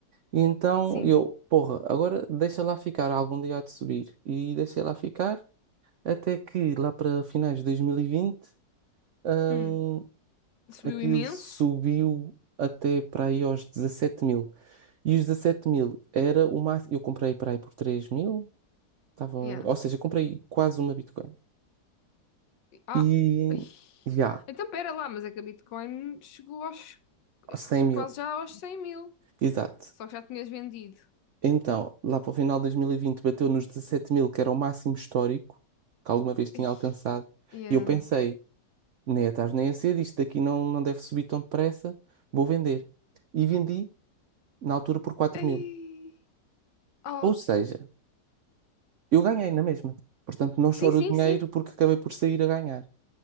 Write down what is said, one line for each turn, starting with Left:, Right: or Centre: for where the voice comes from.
Right: E então
Left: sim.
Right: eu, porra, agora deixa lá ficar, algum dia há de subir. E deixei lá ficar até que lá para finais de 2020, hum,
Left: Hum. Subiu
Right: aquilo
Left: imenso.
Right: subiu até para aí aos 17 mil. E os 17 mil era o máximo. Eu comprei para aí por 3 mil, tava, ou
Left: Yeah.
Right: seja, comprei quase uma Bitcoin.
Left: Ah,
Right: E
Left: ui.
Right: já,
Left: Então pera lá, mas é que a Bitcoin chegou aos
Right: aos
Left: eh,
Right: 100 mil,
Left: quase já aos 100 mil.
Right: exato.
Left: Só que já tinhas vendido.
Right: Então, lá para o final de 2020 bateu nos 17 mil, que era o máximo histórico que alguma vez tinha
Left: Ai,
Right: alcançado.
Left: yeah.
Right: E eu pensei, nem é tarde nem é cedo, isto daqui não, não deve subir tão depressa, vou vender. E vendi, na altura, por 4
Left: Ai,
Right: mil.
Left: oh.
Right: Ou seja, eu ganhei na mesma. Portanto, não
Left: Sim,
Right: choro
Left: sim,
Right: o dinheiro
Left: sim.
Right: porque acabei por sair a ganhar.